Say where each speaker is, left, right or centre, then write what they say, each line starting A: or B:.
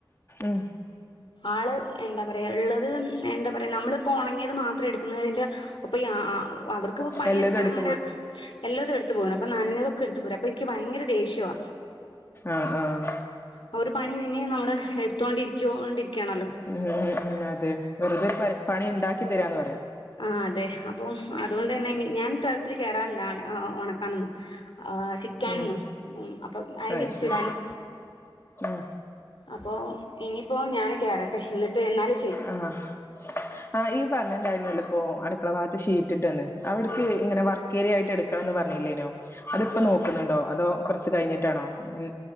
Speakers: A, on the left; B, on the left.
A: ഉം
B: ആള് എന്താ പറയാ ഇള്ളത് എന്താ പറയാ നമ്മളിപ്പോ ഒണങ്ങിയത് മാത്രം എടുക്കുന്നതിൻ്റെ അപ്പൊ ഈ ആ ആ അവർക്ക്
A: എല്ലതു എട്
B: ഇങ്ങനെ എല്ലതും എടുത്ത് പോരും അപ്പൊ നനഞ്ഞതൊക്കെ എടുത്ത്പോരും അപ്പൊ എനിക്ക് ഭയങ്കര ദേഷ്യവാ
A: ആഹ് ആഹ്
B: ആഹ് ഒരു പണി പിന്നിം നമ്മള് എടുത്തോണ്ടിരി ക്കോണ്ടിരിക്കണല്ലോ
A: ഉം ഉം അതെ വെറുതെ <unintelligible> പണി ഇണ്ടാക്കി തരാന്ന് പറയാ
B: ആഹ് അതെ അപ്പൊ അതുകൊണ്ട് തന്നെ ഇനി ഞാൻ ടെറസ്സില് കേറാനില്ലാ <unintelligible> ഒണക്കാനൊന്നും ആഹ് ചിക്കാനൊന്നും
A: ഉം
B: ഉം അപ്പം അയ
A: അത്
B: വിരിച്ചിടാന്
A: ശരി ഉം
B: അപ്പോ ഇനിയിപ്പോ ഞാന് കേറട്ടെ ഇന്നിട്ട് ഇന്നാല്
A: ആഹ് ആഹ് ഇയ്യ് പറഞ്ഞിണ്ടായിരുന്നല്ലോ ഇപ്പോ അടുക്കള ഭാഗത്ത് ഷീറ്റ്ട്ട് ട്ട്ന്ന് അവിടെക്ക് ഇങ്ങനെ വർക്കേരിയ ആയിട്ട് എടുക്കണന്ന് പറഞ്ഞില്ലേനിയോ? അതിപ്പോ
B: ആഹ്
A: നോക്കുന്നുണ്ടോ അതോ കൊറച്ച് കഴിഞ്ഞിട്ടാണോ എൻ